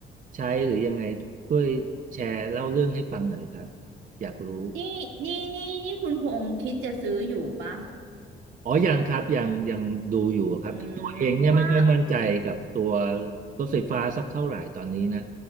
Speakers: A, on the right (about 40°); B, on the right (about 80°).
A: ใช้หรือยังไงช่วยแชร์เล่าเรื่องให้ฟังหน่อยครับอยากรู้
B: นี่นี่นี่นี่คุณพงษ์คิดจะซื้ออยู่ปะ
A: อ๋อยังครับยังยังดูอยู่ครับตัวเองเนี่ยไม่ค่อยมั่นใจกับตัว
B: อืมเพราะว่า
A: รถไฟฟ้าสักเท่าไหร่ตอนนี้น